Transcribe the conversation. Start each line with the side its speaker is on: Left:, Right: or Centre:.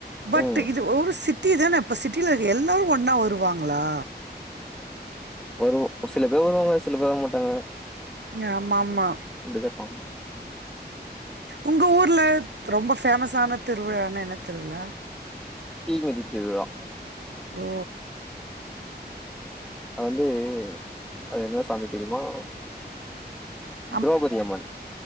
Right: பட்
Centre: ம்
Right: இது ஒரு சிட்டி தான அப்ப சிட்டியில இருக்குற எல்லரும் ஒன்னா வருவாங்களா
Centre: வரும் சில பேர் வருவாங்க சில பேர் வரமாட்டாங்க
Right: ஏன் அம்மா அம்மா
Centre: அப்படிதா இருப்பாங்க
Right: உங்க ஊர்ல ரொம்ப பேமஸ்ஸான திருவிழான என்ன திருவிழா
Centre: தீ மிதி திருவிழா
Right: ஓ
Centre: அது வந்து அது என்ன சாமி தெரியுமா
Right: ம்
Centre: திரௌபதி அம்மன்